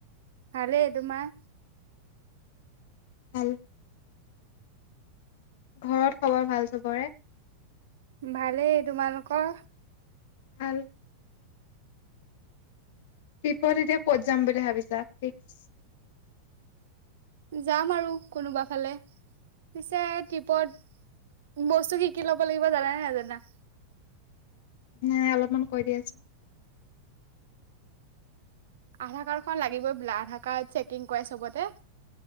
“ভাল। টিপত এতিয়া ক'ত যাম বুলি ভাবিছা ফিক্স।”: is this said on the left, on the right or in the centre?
Left